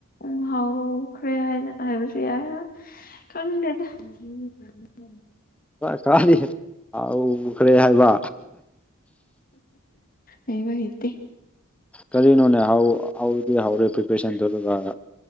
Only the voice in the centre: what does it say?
ꯈꯔꯗꯤ ꯍꯧꯈ꯭ꯔꯦ ꯍꯥꯏꯕ
ꯀꯔꯤꯅꯣꯅꯦ ꯍꯥꯎꯗꯤ ꯍꯧꯥꯎꯔꯦ ꯄ꯭ꯔꯤꯄꯦꯔꯦꯁꯟꯗꯨꯗꯨꯒ